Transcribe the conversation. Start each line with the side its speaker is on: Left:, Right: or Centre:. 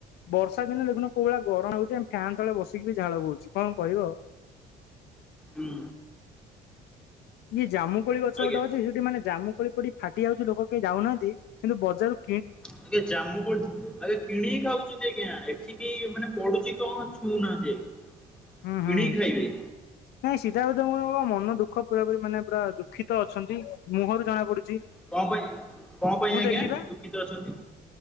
Left: ବର୍ଷା ଦିନ ଦେଖୁନ କୋଉ ଭଳିଆ ଗରମ ହଉଛି ଆମେ ଫ୍ୟାନ୍ ତଳେ ବସିକିବି ଝାଳ ବହୁଛି କଣ କହିବ
Centre: ହୁଁ।
Left: ଇ ଜାମୁକୋଳି ଗଛ
Centre: ଆଜ୍ଞା
Left: ଗୋଟେ ଅଛି ସେଠି ମାନେ ଜାମୁକୋଳି ପଡି ଫାଟି ଯାଉଛି ଲୋକ କେହି ଯାଉନାହାନ୍ତି କିନ୍ତୁ ବଜାରକୁ
Centre: ଟିକେ ଜାମୁ କୋଳି ଆଜ୍ଞା କିଣିକି ଖାଉଛନ୍ତି ଆଜ୍ଞା ଏଠିକେହି ମାନେ ପଡୁଛି କଣ ଛୁଉଁନାହାନ୍ତି ଆଜ୍ଞା।
Left: ହୁଁ
Centre: କିଣିକି
Left: ହୁଁ
Centre: ଖାଇବେ?
Left: ନାଇଁ ସିଦ୍ଧାର୍ଥର ମନ ଦୁଃଖ ପୁରାପୁରି ମାନେ ପୁରା ଦୁଃଖିତ ଅଛନ୍ତି ମୁହଁରୁ ଜଣା ପଡୁଛି
Centre: କଣ ପାଇଁ କଣ ପାଇଁ
Left: ମୁଁ
Centre: ଆଜ୍ଞା
Left: ଦେଲି ବା
Centre: ଦୁଃଖିତ ଅଛନ୍ତି?